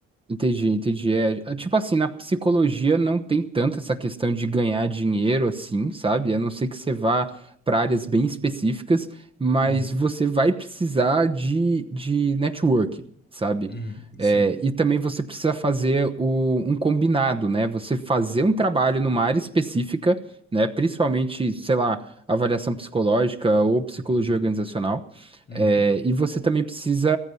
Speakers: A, on the right; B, on the left.
A: Entendi, entendi. É, é, tipo assim, na psicologia não tem tanto essa questão de ganhar dinheiro assim, sabe? A não ser que você vá para áreas bem específicas, mas
B: Uhum.
A: você vai precisar de, de network, sabe?
B: Uhum,
A: É,
B: sim.
A: e também você precisa fazer o, um combinado, né? Você fazer um trabalho numa área específica, né? Principalmente, sei lá, avaliação psicológica ou psicologia organizacional.
B: Uhum,
A: É, e você também precisa,